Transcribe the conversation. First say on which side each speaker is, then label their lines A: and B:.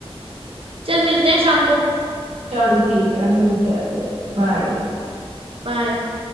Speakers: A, on the right; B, on the right.
A: चल मिलते हैं शाम को
B: चल ठीक है मिलते हैं फिर बाय
A: बाय